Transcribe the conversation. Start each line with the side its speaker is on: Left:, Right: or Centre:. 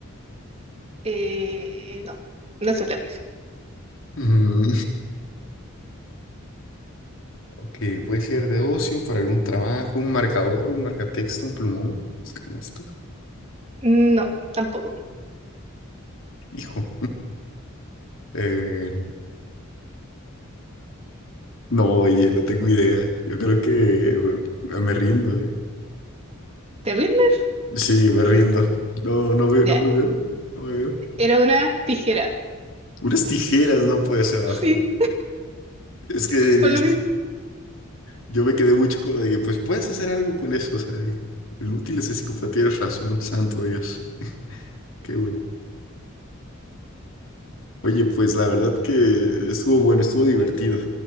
Right: Eh, no, no soy lápiz.
Left: Mm, ok, puede ser de ocio, para algún trabajo, un marcador, un marcatexto, un plumón, no sé cómo esto.
Right: No, tampoco.
Left: Hijo. Eh, No, oye, no tengo idea. Yo creo que me, me rindo, ¿eh?
Right: ¿Te rindes?
Left: Sí, me rindo. No, no veo,
Right: Ya,
Left: no me veo, no me veo.
Right: era una tijera.
Left: Unas tijeras no puede ser.
Right: Sí,
Left: Ah, Es que
Right: por
Left: yo, yo-
Right: lo mismo.
Left: yo me quedé mucho con lo de que, pues puedes hacer algo con eso, o sea, de- el útil es de psicopatía, tienes razón, santo Dios. Qué güey. Oye, pues la verdad que estuvo bueno, estuvo divertido.